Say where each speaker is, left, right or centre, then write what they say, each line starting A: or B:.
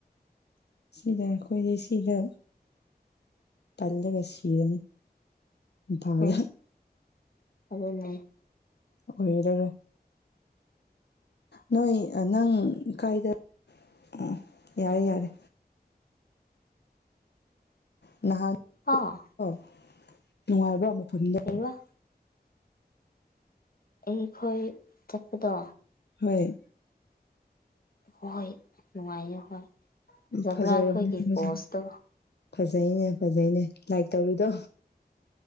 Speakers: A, on the left; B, on the left.
A: ꯁꯤꯗ ꯑꯩꯈꯣꯏꯗꯤ ꯁꯤꯗ ꯇꯂ ꯀꯁꯤꯔꯝ ꯄꯥꯂ
B: ꯎꯝ ꯑꯗꯨꯅꯦ
A: ꯑꯣꯏꯔꯔ ꯅꯣꯏ ꯅꯪ ꯀꯥꯏꯗ ꯎ ꯌꯥꯔꯦ ꯌꯥꯔꯦ ꯅꯍꯥꯟ
B: ꯑꯥ
A: ꯑꯣ ꯅꯨꯡꯉꯥꯏꯕ꯭ꯔꯣ ꯃꯐꯝꯗꯣ
B: ꯀꯩꯕꯥ ꯑꯩꯈꯣꯏ ꯆꯠꯄꯗꯣ
A: ꯍꯣꯏ
B: ꯍꯣꯏ ꯅꯨꯡꯉꯥꯏꯌꯦ ꯍꯣꯏ ꯐꯖꯕ꯭ꯔꯥ
A: ꯐꯖꯔꯝꯃꯅꯤ
B: ꯑꯩꯈꯣꯏꯒꯤ
A: ꯍꯧꯖꯤꯛ
B: ꯄꯣꯁꯇꯣ
A: ꯐꯖꯩꯅꯦ ꯐꯖꯩꯅꯦ ꯂꯥꯏꯛ ꯇꯧꯔꯤꯗꯣ